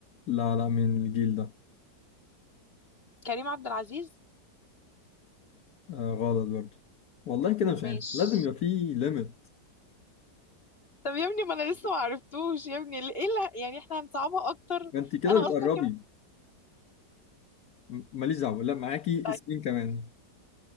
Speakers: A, on the left; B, on the left.
A: لا لا من الجيل ده
B: كريم عبد العزيز
A: آه غلط برضو والله كده مش
B: ماشي
A: عارف لازم يبقى في ليميت
B: طب يا ابني ما انا لسه ما عرفتوش يا ابني ليه- ايه اللي يعني احنا هنصعبها اكتر
A: انت كده
B: انا
A: بتقربي
B: اصلا كمان
A: م- ماليش دعوة لا معاكي
B: طيب
A: اسمين كمان